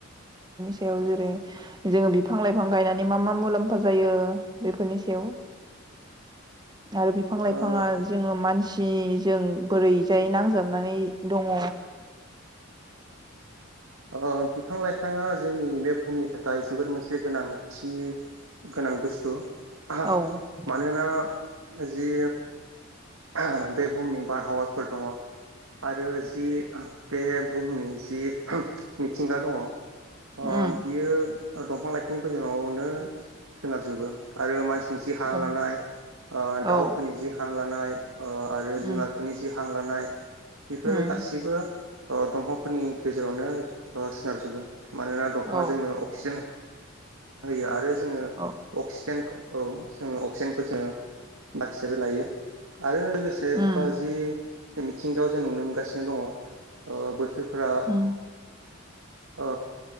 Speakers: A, on the right; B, on the right.
A: बेयाव जेरै जों बिफां लाइ बिफां गायनानै मा मा मुलाम्फा जायो बेफोरनि सायाव आरो बिफां
B: हागोन
A: लाइफाङा जोङो मान सि जों बोरैजाय नांजाबनानै दङ।
B: अ बिफां लाइफाङा जोंनि बे बुहुमनि थाखाय जोबोर मोनसे गोनांथि गोनां बुस्थु। हा
A: औ
B: मानोना जि बे बुहुमनि बारहावाफोर दङ। आरो जि बे बुहुमनि जि मिथिंगा दङ
A: उम
B: अ बियो दंफां लाइफांनि गेजेरावनो सोनारो। जोबो आरो मानसिनि जि हां
A: औ
B: लानाय ओ दाउफोरनि
A: औ
B: जि हां लानाय ओ आरो
A: उम
B: जुनारफोरनि जि हां लानाय बेफोरो
A: उम
B: गासैबो ओ दंफांफोरनि गेजेरावनो ओ सोनारजोबो मानोना दंफाङा
A: औ
B: जोंनो अक्सिजेन होयो आरो जोङो
A: औ
B: अक्सिजेनखौ औ जोङो अक्सिजेनखौ जोङो बाखिसाबो लायो आरो लोगोसे
A: उम
B: जि मिथिंगायाव जों नुनो मोनगासिनो दङ ओ बोथोरफोरा
A: उम
B: ओ